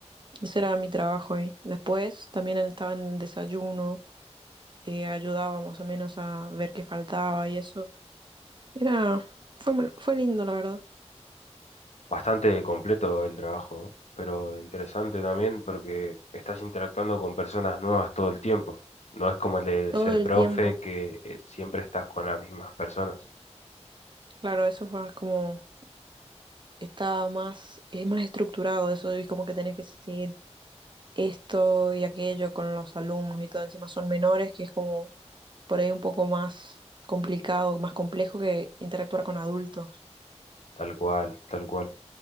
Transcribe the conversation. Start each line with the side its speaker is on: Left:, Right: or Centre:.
Right: Ese era mi trabajo ahí. Después también estaba en el desayuno, eh, ayudaba más o menos a ver qué faltaba y eso. Era, fue, mu- fue lindo, la verdad.
Left: Bastante completo el trabajo, ¿no? Pero interesante también porque estás interactuando con personas nuevas todo el tiempo. No es como el de
Right: Todo
Left: ser
Right: el
Left: profe
Right: tiempo.
Left: que eh, siempre estás con las mismas personas.
Right: Claro, eso fue como, estaba más, eh, más estructurado eso y como que tenés que seguir esto y aquello con los alumnos y todo. Encima son menores, que es como por ahí un poco más complicado, más complejo que interactuar con adultos.
Left: Tal cual, tal cual.